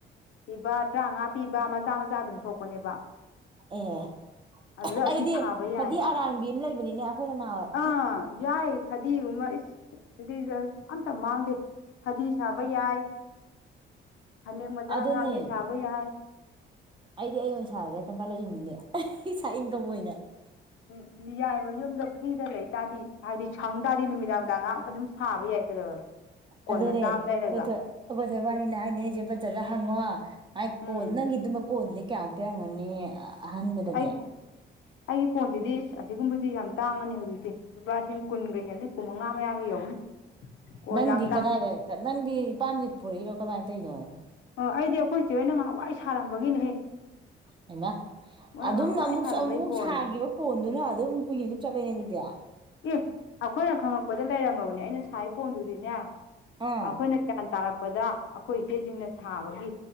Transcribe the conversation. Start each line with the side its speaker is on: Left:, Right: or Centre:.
Left: ꯄꯤꯕ ꯇ꯭ꯔꯥꯉꯥ ꯄꯤꯕ ꯃꯆꯥ ꯃꯆꯥ ꯑꯗꯨꯝ ꯊꯣꯛꯄꯅꯦꯕ
Right: ꯑꯣ
Left: ꯑꯗꯨꯗ ꯑꯗꯨꯝ
Right: ꯑꯩꯗꯤ
Left: ꯁꯥꯕ ꯌꯥꯏꯑꯕ
Right: ꯐꯗꯤ ꯑꯔꯥꯡꯕꯤ ꯑꯃ ꯂꯩꯕꯅꯤꯅꯦ ꯑꯩꯈꯣꯏꯅ ꯅꯍꯥꯟꯋꯥꯏ
Left: ꯑꯥ ꯌꯥꯏ ꯐꯗꯤꯒꯨꯝꯕ ꯏꯁ ꯐꯗꯤꯗ ꯑꯝꯇ ꯃꯥꯡꯗꯦ ꯐꯗꯤ ꯁꯥꯕ ꯌꯥꯏ ꯐꯅꯦꯛ ꯃꯆꯥ
Right: ꯑꯗꯨꯅꯦ
Left: ꯑꯉꯥꯡꯒꯤ ꯁꯥꯕ ꯌꯥꯏ
Right: ꯑꯩꯗꯤ ꯑꯩ ꯑꯣꯏꯅ ꯁꯥꯔꯖꯤꯔ ꯈꯪꯒꯠꯂꯛꯏꯝꯃꯤꯅꯦ ꯁꯥꯏꯠ ꯏꯪꯀꯝ ꯑꯣꯏꯅ
Left: ꯎꯝ ꯌꯥꯏꯃ ꯌꯨꯝꯗ ꯐ꯭ꯔꯤꯗ ꯂꯩꯇꯥꯥꯗꯤ ꯍꯥꯏꯗꯤ ꯁꯪ ꯇꯥꯔꯗꯤ ꯅꯨꯃꯤꯗꯥꯡ ꯗꯥꯡ ꯉꯥꯏꯍꯥꯛ ꯑꯗꯨꯝ ꯁꯥꯕ ꯌꯥꯏ ꯀꯩꯗꯧꯔꯒꯦ ꯀꯣꯟ
Right: ꯑꯗꯨꯅꯦ
Left: ꯃꯆꯥ ꯑꯃ ꯂꯩꯔꯒ
Right: ꯈꯣꯏ ꯊꯣꯏ ꯑꯈꯣꯏ ꯊꯣꯏ ꯕꯥꯟꯅꯤꯅ ꯍꯥꯏꯅꯦ ꯆꯦ ꯐꯖꯗ ꯍꯪꯉꯣ ꯃꯥꯏ
Left: ꯎꯝ
Right: ꯀꯣꯟ ꯅꯪꯒꯤ ꯑꯗꯨꯝꯕ ꯀꯣꯟꯗꯗꯤ ꯀꯌꯥꯃꯨꯛ ꯄꯤꯔꯝꯒꯅꯤ ꯑꯍꯟꯕꯗꯗꯤ
Left: ꯑꯩ ꯑꯩꯒꯤ ꯀꯣꯟꯁꯤꯗꯤ ꯑꯁꯤꯒꯨꯝꯕꯗꯤ ꯌꯥꯝ ꯇꯥꯡꯉꯅꯤ ꯍꯧꯖꯤꯛꯇꯤ ꯂꯨꯄꯥ ꯂꯤꯁꯤꯡ ꯀꯨꯟꯒ ꯍꯦꯜꯂꯅꯤ ꯀꯨꯟ ꯃꯉꯥ ꯃꯌꯥꯒ ꯌꯧꯅꯤ <inaudible> ꯀꯣꯟ
Right: ꯅꯪꯗꯤ
Left: ꯌꯥꯝ ꯇꯥꯡꯉꯤ
Right: ꯀꯗꯥꯏ ꯅꯪꯗꯤ ꯏꯄꯥꯝꯗꯩ ꯄꯨꯔꯛꯏꯔꯣ ꯀꯃꯥꯏ ꯇꯩꯅꯣ
Left: ꯑꯣ ꯑꯩꯗꯤ ꯑꯩꯈꯣꯏꯆꯦ ꯍꯣꯏꯅ ꯅꯍꯥꯟꯋꯥꯏ ꯁꯥꯔꯝꯕꯒꯤꯅꯦꯍꯦ
Right: ꯍꯩꯃ
Left: ꯃꯣꯏꯅ
Right: ꯑꯗꯨꯝ
Left: ꯉꯍꯥꯟꯋꯥꯏ
Right: ꯑꯃꯨ
Left: ꯁꯥꯔꯝꯕꯩ
Right: ꯑꯃꯨꯛ
Left: ꯀꯣꯟꯅꯦ
Right: ꯁꯥꯒꯤꯕ ꯀꯣꯟꯗꯨꯅ ꯑꯗꯨꯝ ꯀꯨꯏꯅ ꯑꯗꯨꯝ ꯆꯠꯂꯦꯅꯦ ꯑꯗꯨꯗꯤ
Left: ꯏ ꯑꯩꯈꯣꯏꯅ ꯈꯪꯉꯛꯄꯗ ꯂꯩꯔꯝꯃꯕꯅꯦ ꯑꯩꯅ ꯁꯥꯏ ꯀꯣꯟꯗꯨꯗꯤꯅꯦ
Right: ꯑꯥ
Left: ꯑꯩꯈꯣꯏꯅ ꯒ꯭ꯌꯥꯟ ꯇꯥꯔꯛ ꯄꯗ ꯑꯩꯈꯣꯏ ꯏꯆꯦꯁꯤꯡꯅ ꯁꯥꯕꯒꯤ